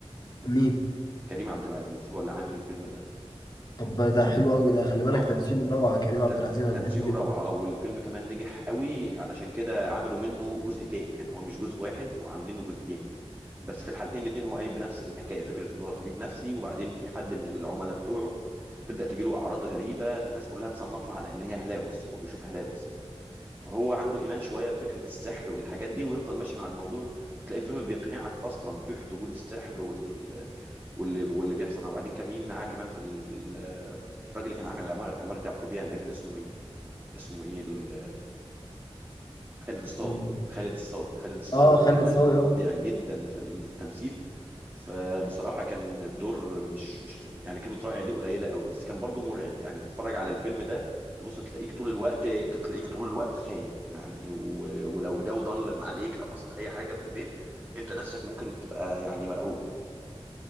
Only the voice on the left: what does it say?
مين
طب ده حلو قوي ده خلي بالك
تمثيله روعه كريم عبد
العزيز انا
بحبه جدا
مم.
اه
خالد
صاوي
اه